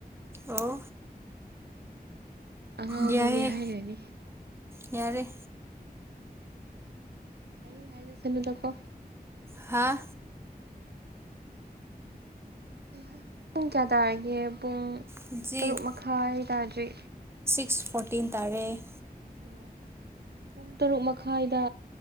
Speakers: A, on the right; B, on the right.
A: ꯑꯣ
B: ꯑꯉꯥꯎꯕꯤꯅꯦ
A: ꯌꯥꯏꯌꯦ
B: ꯍꯥꯏꯔꯅꯤ
A: ꯌꯥꯔꯦ
B: ꯍꯥꯏꯌꯦꯡ ꯍꯥꯏꯗ ꯁꯂꯨꯗꯀꯣ
A: ꯍꯥꯥ
B: ꯑ ꯄꯨꯡ ꯀꯌꯥ ꯇꯒꯦ ꯄꯨꯡ
A: ꯍꯧꯖꯤꯛ
B: ꯇꯔꯨꯛ ꯃꯈꯥꯏ ꯇꯥꯗ꯭ꯔꯤ
A: ꯁꯤꯁ ꯐꯣꯔꯇꯤꯟ ꯇꯥꯔꯦ
B: ꯑꯣ ꯄꯨꯡ ꯇꯔꯨꯛ ꯃꯈꯥꯏꯗ